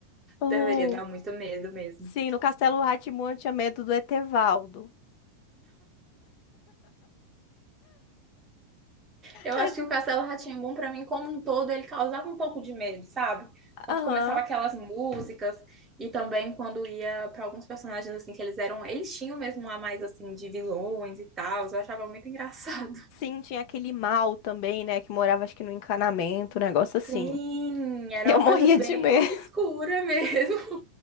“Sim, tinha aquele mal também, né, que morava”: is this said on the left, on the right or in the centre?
Left